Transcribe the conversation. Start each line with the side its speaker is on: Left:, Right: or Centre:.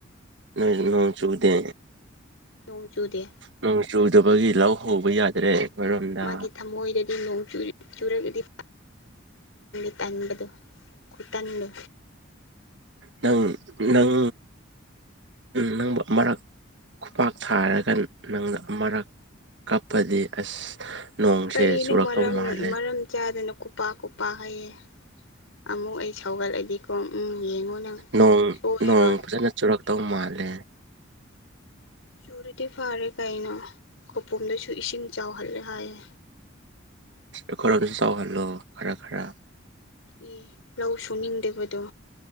Right: ꯅꯣꯏ ꯅꯣꯡ ꯆꯨꯗꯦ
Left: ꯅꯣꯡ ꯆꯨꯗꯦ
Right: ꯅꯣꯡ ꯆꯨꯗꯕꯒꯤ ꯂꯧ ꯎꯕ ꯌꯥꯗ꯭ꯔꯦ ꯑꯩꯈꯣꯏꯔꯣꯝꯗ
Left: ꯃꯥꯒꯤ ꯊꯃꯣꯏꯗꯗꯤ ꯅꯣꯡ ꯆꯨꯔꯤ ꯆꯨꯔꯒꯗꯤ <unintelligible> ꯇꯟꯕꯗꯣ ꯈꯨꯇꯟꯗꯣ
Right: ꯅꯪ ꯅꯪ ꯅꯪꯕꯨ ꯑꯃꯔꯛ ꯈꯨꯄꯥꯛ ꯊꯥꯔꯒ ꯅꯪꯅ ꯑꯃꯔꯛ ꯀꯞꯄꯗꯤ ꯑꯁ ꯅꯣꯡꯁꯦ
Left: ꯀꯔꯤꯅꯣ
Right: ꯆꯨꯔꯛꯇꯧ
Left: ꯃꯔꯝ
Right: ꯃꯥꯜꯂꯦ
Left: ꯃꯔꯝ ꯆꯥꯗꯅ ꯈꯨꯄꯥꯛ ꯈꯨꯄꯥꯛ ꯍꯥꯏꯌꯦ ꯑꯃꯨꯛ ꯑꯩ ꯁꯧꯒꯠꯂꯗꯤꯀꯣ ꯎꯝ ꯌꯦꯡꯉꯣ ꯅꯪ
Right: ꯅꯣꯡ
Left: ꯁꯣꯏꯔꯔꯣꯏ
Right: ꯅꯣꯡ ꯐꯖꯅ ꯆꯨꯔꯛꯇꯧ ꯃꯥꯜꯂꯦ
Left: ꯆꯨꯔꯗꯤ ꯐꯔꯦ ꯀꯩꯅꯣ ꯈꯨꯄꯨꯝꯗꯁꯨ ꯏꯁꯤꯡ ꯆꯥꯎꯍꯜꯂꯦ ꯍꯥꯏꯌꯦ
Right: ꯑꯈꯣꯏꯔꯣꯝꯗꯁꯨ ꯆꯥꯎꯍꯜꯂꯣ ꯈꯔ ꯈꯔ
Left: ꯑꯦ ꯂꯧ ꯁꯨꯅꯤꯡꯗꯕꯗꯣ